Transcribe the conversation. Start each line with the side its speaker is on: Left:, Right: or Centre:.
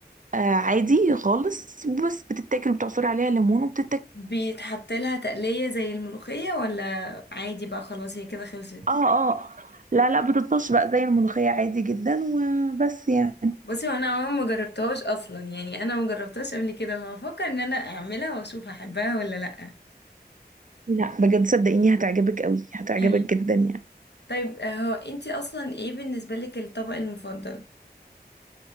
Right: آه عادي خالص بس بتتاكل بتعصري عليها ليمون وبتتاكل
Left: بيتحط لها تقلية زي الملوخية ولا عادي بقى خلاص هي كده خلصت
Right: اه اه لا لا بتطش بقى زي الملوخيه عادي جدا وبس يعني
Left: بصي وانا عموما ما جربتهاش اصلا يعني انا ما جربتهاش قبل كده فبفكر ان انا اعملها واشوف هحبها ولا لا
Right: لا بجد صدقيني هتعجبك قوي هتعجبك
Left: حلو
Right: جدا يعني
Left: طيب آه، هو انتي اصلا ايه بالنسبة لك الطبق المفضل